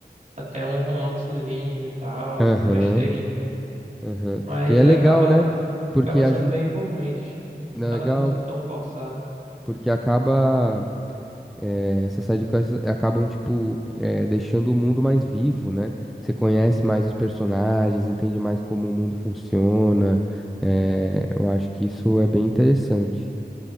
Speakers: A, on the right (about 45°); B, in the centre.
A: até um romancezinho e tal,
B: Aham,
A: besteirinha.
B: aham.
A: Mas
B: E é
A: acaba,
B: legal, né? Porque
A: acaba
B: ajuda.
A: sendo bem envolvente.
B: Legal.
A: Nada muito tão forçado.
B: Porque acaba. eh, essas sidequests acabam, tipo, eh, deixando o mundo mais vivo, né? Você conhece mais os personagens, entende mais como o mundo funciona. eh, eu acho que isso é bem interessante.